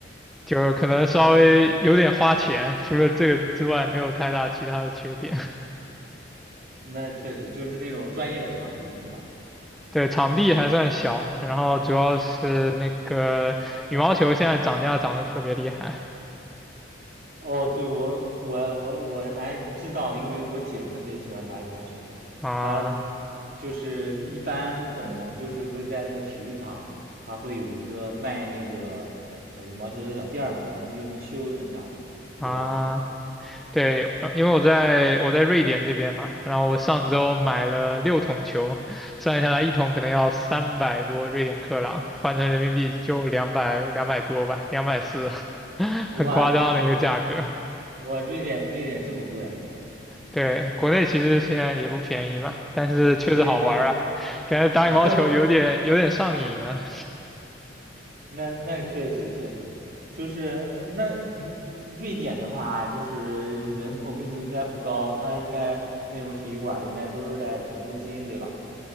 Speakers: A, in the centre; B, on the right.
A: 就是可能稍微有点花钱，除了这个之外，没有太大其他的缺点。
B: 那确实就是那种专业的场地，对吧？
A: 对，场地还算小嘛，然后主要是那个羽毛球现在涨价涨得特别厉害
B: 哦，对，我我我我还知道，因为我姐特别喜欢打羽毛球，
A: 啊
B: 她就是一般可能就是会在那个体育场，她会有一个卖那个呃羽毛球的小店儿嘛，还能又能修又能啥的，
A: 啊！
B: 对吧？
A: 对，呃因为我在我在瑞典这边嘛，然后我上周买了六桶球，算下来一桶可能要三百多瑞典克朗，换成人民币就两百两百多吧，两百四，<laughs>
B: 哇，
A: 很夸张的一个价格。
B: 这 <laughs> 哇，瑞典瑞典这么贵啊？
A: 对，国内其实现在也不便宜吧，但是确实好玩儿啊，
B: <laughs> 对对，
A: 感觉打羽毛球有点有点上瘾啊。
B: <laughs> 那那确实确实，就是那你瑞典的话，就是人口密度应该不高，它应该那种体育馆应该都是在城中心，对吧？